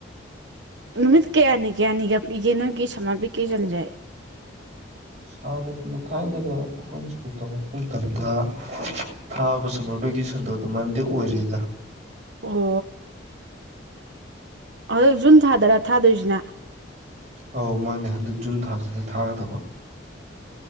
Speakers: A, on the right (about 70°); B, on the right (about 35°).
A: ꯅꯨꯃꯤꯠ ꯀꯌꯥꯅꯤ ꯀꯌꯥꯅꯤꯒ ꯄꯤꯒꯦ ꯅꯣꯏꯒꯤ ꯁꯃꯥ ꯄꯛ ꯀꯦ ꯆꯟꯖꯩ
B: ꯍꯥꯟꯅꯒꯨꯝꯅ ꯊꯥꯏꯅꯒ ꯑꯩꯈꯣꯏꯅ ꯁ꯭ꯀꯨꯜ ꯇꯝꯉꯛꯄ ꯃꯇꯝꯗ ꯊꯥꯕ ꯁꯝꯃꯔ ꯚꯦꯀꯦꯁꯟꯗꯣ ꯑꯗꯨꯝ ꯃꯟꯗꯦ ꯑꯣꯏꯔꯦꯗ
A: ꯑꯣ ꯑꯗꯣ ꯖꯨꯟ ꯊꯥꯗꯔ ꯊꯥꯗꯣꯏꯁꯤꯅ
B: ꯑꯧ ꯃꯥꯅꯦ ꯍꯟꯗꯛ ꯖꯨꯟ ꯊꯥꯁꯤꯗ ꯊꯥꯒꯗꯕ